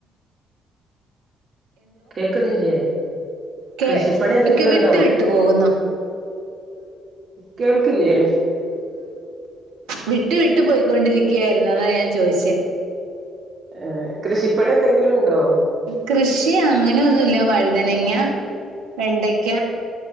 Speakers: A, on the right; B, on the right.
A: കേക്കുന്നില്ലേ?
B: കെ
A: കൃഷിപ്പണി എന്തെങ്കിലും
B: വിട്ട്
A: ഉണ്ടോ
B: വിട്ടു പോകുന്നു
A: കേൾക്കില്ലേ
B: വിട്ടു വിട്ട് പോയിക്കൊണ്ടിരിക്കുകയായിരുന്നു അതാ ഞാൻ ചോദിച്ചേ
A: ഏഹ് കൃഷിപ്പണി എന്തെങ്കിലും ഉണ്ടോ?
B: കൃഷി അങ്ങനൊന്നുല്ല വഴുതനങ്ങ വെണ്ടയ്ക്ക